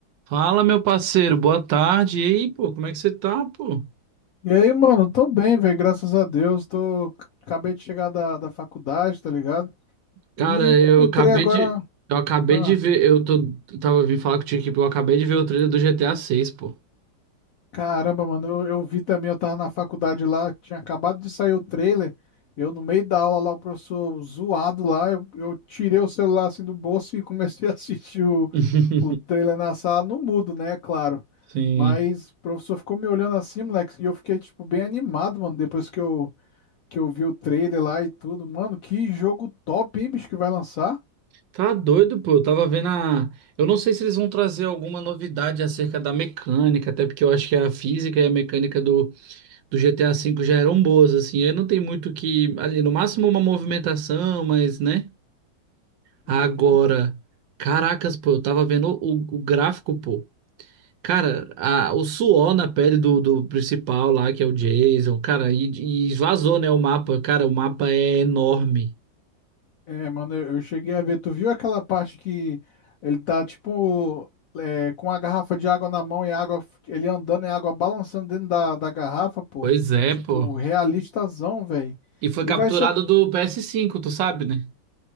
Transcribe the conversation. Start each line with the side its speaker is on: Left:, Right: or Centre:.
Right: Fala, meu parceiro, boa tarde. E aí, pô, como é que você tá, pô?
Left: E aí, mano, tô bem, velho, graças a Deus. Tô... Acabei de chegar da, da faculdade, tá ligado?
Right: Cara,
Left: E
Right: eu
Left: entrei
Right: acabei
Left: agora.
Right: de. Eu acabei
Left: Ah,
Right: de ver. Eu tô, eu tava vindo falar contigo aqui, pô. Eu acabei de ver o trailer do GTA 6, pô.
Left: caramba, mano, eu, eu vi também, eu tava na faculdade lá, tinha acabado de sair o trailer. Eu, no meio da aula lá, o professor zoado lá, eu, eu tirei o celular assim do bolso e comecei <laughs> a assistir o,
Right: <laughs>
Left: o trailer na sala, no mudo, né, claro.
Right: Sim.
Left: Mas o professor ficou me olhando assim, moleque, e eu fiquei, tipo, bem animado, mano, depois que eu. que eu vi o trailer lá e tudo. Mano, que jogo top, hein, bicho, que vai lançar?
Right: Tá doido, pô. Eu tava vendo a. Eu não sei se eles vão trazer alguma novidade acerca da mecânica, até porque eu acho que a física e a mecânica do, do GTA V já eram boas, assim. Eu não tem muito o que. Ali, no máximo uma movimentação, mas, né? Agora.
Left: Uhum.
Right: Caracas, pô, eu tava vendo o, o gráfico, pô. Cara, a- o suor na pele do, do principal lá, que é o Jason, cara, e, e esvazou, né, o mapa. Cara, o mapa é enorme.
Left: É, mano, eu eu cheguei a ver. Tu viu aquela parte que ele tá, tipo, é, com a garrafa de água na mão e a água, f- ele andando e a água balançando dentro da, da garrafa, pô.
Right: Pois é,
Left: Tipo,
Right: pô.
Left: realistazão, velho.
Right: E foi
Left: E
Right: capturado
Left: vai ser
Right: do ps cinco, tu sabe, né?